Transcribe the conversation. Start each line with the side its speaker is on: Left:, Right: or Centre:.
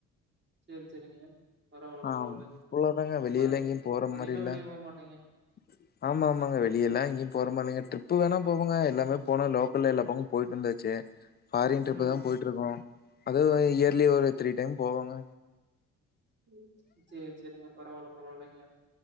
Right: சேரி சேரிங்க பரவாயில்ல
Left: ஆ
Right: பரவாயில்ல
Left: அவ்ளோதாங்க வெளியில
Right: அப்ப அத
Left: எங்கேயும் போற
Right: அதிகமா
Left: மாரி இல்ல.
Right: வெளியே போக மாட்டிங்க
Left: <inaudible> ஆமா ஆமாங்க வெளியெல்லா எங்கேயு போற மாரி இல்லங்க ட்ரிப்பு வேணா போவங்க எல்லாமே போன லோக்கல்ல எல்லா பக்க போயிட்டு வந்தாச்சு ஃபாரின் ட்ரிப்பு
Right: ம்
Left: தா
Right: ம்.
Left: போயிட்டு இருக்கோ அதுவு இயர்லி ஒரு த்ரீ டைம் போவேங்க
Right: ம் சேரி சேரிங்க பரவால்ல பரவாயில்லைங்க